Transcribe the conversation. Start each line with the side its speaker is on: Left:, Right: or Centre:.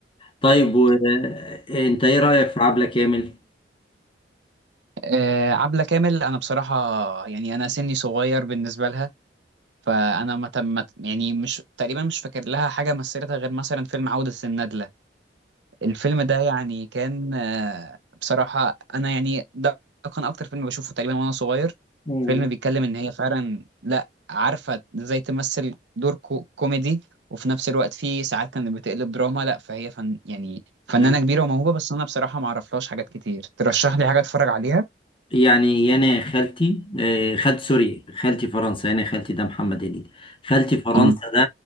Left: طيب وانت ايه رأيك في عبلة كامل
Right: آه عبلة كامل انا بصراحة يعني انا سني صغير بالنسبة لها فانا ما تم ما ت- يعني مش تقريبا مش فاكر لها حاجة مثلتها غير مثلا فيلم عودة الندلة الفيلم ده يعني كان آه، بصراحة أنا يعني ده كان أكتر فيلم بشوفه تقريبا وأنا صغير
Left: مم.
Right: فيلم بيتكلم إن هي فعلا لأ عارفة إزاي تمثل دور كو كوميدي وفي نفس الوقت في ساعات كانت بتقلب دراما لأ فهي فن يعني فنانة
Left: مم.
Right: كبيرة وموهوبة بس أنا بصراحة معرفلهاش حاجات كتير ترشح لي حاجة أتفرج عليها؟
Left: يعني يانا خالتي آه، خالتي سوري خالتي فرنسا يانا خالتي ده محمد هنيدي خالتي فرنسا
Right: اه
Left: ده